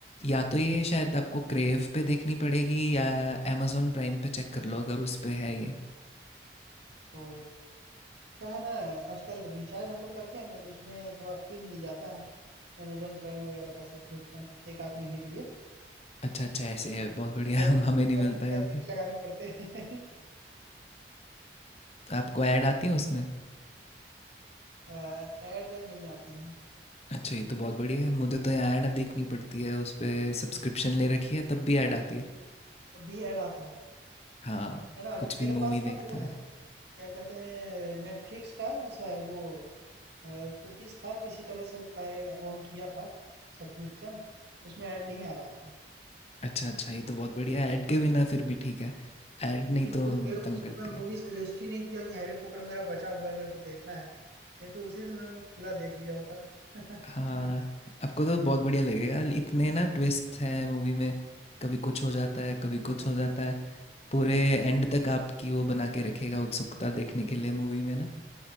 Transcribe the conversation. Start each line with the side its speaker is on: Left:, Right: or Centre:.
Left: या तो ये शायद आपको क्रेव पे देखनी पड़ेगी या amazon प्राइम पे चेक कर लो अगर उस पे है ये
Right: तो क्या है ना आजकल रिचार्ज हम लोग करते हैं ना तो उसमें थोड़ा फ्री मिल जाता है amazon प्राइम वगैरह का सब्सक्रिप्शन एक आध महीने के लिए
Left: अच्छा अच्छा ऐसे है बहुत बढ़िया
Right: तो
Left: <laughs>
Right: अलग
Left: हम हमें
Right: से अलग
Left: नहीं मिलता
Right: से
Left: यहाँ
Right: पैसे
Left: पे
Right: नहीं लगाने पड़ते हैं
Left: तो आपको ऐड आती है उसमें
Right: <laughs> ऐड नहीं आती है
Left: अच्छा ये तो बहुत बढ़िया है मुझे तो यहाँ ऐड देखनी पड़ती है उस पे सब्सक्रिप्शन ले रखी है तब भी ऐड आती है
Right: अभी ऐड आता है
Left: हाँ
Right: है ना अभी
Left: कुछ भी
Right: मेरे
Left: मूवी
Right: पास ना
Left: देखते
Right: वो
Left: हुए
Right: है क्या कहते हैं नेटफ्लिक्स का ऐसा है वो कुकीज था किसी तरह से ऑन किया था सब्सक्रिप्शन उसमें ऐड नहीं आ रहा था
Left: अच्छा अच्छा ये तो बहुत बढ़िया है। ऐड के बिना फिर भी ठीक है ऐड
Right: लेकिन
Left: नहीं तो
Right: कोई मेरे को
Left: तंग
Right: उस
Left: करती
Right: समय मूवी
Left: है
Right: सजेस्ट ही नहीं किया कि हैरी पॉटर मेरा बचा हुआ है मेरे को देखना है नहीं तो उसी समय मैं पूरा देख लिया होता <laughs>
Left: हाँ आपको तो बहुत बढ़िया लगेगा इतने ना ट्विस्ट हैं मूवी में कभी कुछ हो जाता है कभी कुछ
Right: बहुत
Left: हो जाता है पूरे एंड तक आपकी वो बना के रखेगा उत्सुकता देखने के लिए मूवी में ना